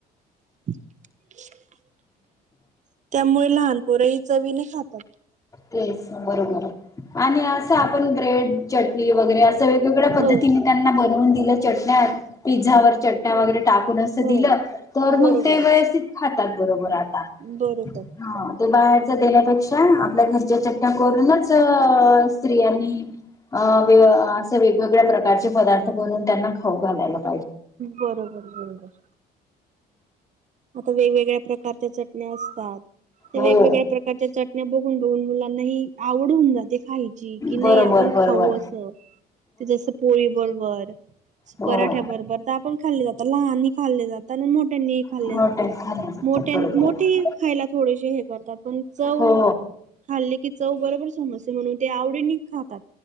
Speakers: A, on the right; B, on the left.
A: <unintelligible> त्यामुळे लहानपोरही चवीने खातात.
B: तेच बरोबर आणि असं आपण ब्रेड चटणी वगैरे असं वेगवेगळ्या पद्धतीनी
A: हो.
B: त्यांना बनवून दिलं चटण्या पिझ्झावर चट्ट्या
A: हो
B: वगैरे टाकून अस
A: हो
B: दिलं तर
A: बरोबर
B: मग ते व्यवस्थित खातात बरोबर आता
A: बरोबर.
B: हा ते बाहेरचा देण्यापेक्षा आपल्या घरच्या चट त्या करूनच अअ स्त्रियांनी अ असं वेगवेगळ्या प्रकारचे पदार्थ बनून त्यांना खाऊ घालायलात
A: बरोबर बरोबर. आता वेगवेगळ्या प्रकारच्या चटण्या असतात ते
B: हो
A: वेगवेगळ्या प्रकारच्या चट बघून बघून मुलांना हीआवड होऊन जाते काही की नाही
B: बरोबर
A: आपण खाऊ
B: बरोबर
A: अस ते जस पोळी बरोबर
B: हो
A: पराठ्या बरोबर तर पण खाल्ली जातात लहान खाल्ले जात आणि मोठ्यांनी खाल्ले
B: हॉटेल
A: जातात
B: खाली जातात
A: मोठ्यांनी
B: बरोबर
A: मोठे खायला थोडेसे हे करतात पण चव
B: हो
A: खाल्ले की चव बरोबर समजते म्हणून ते आवडीने खातात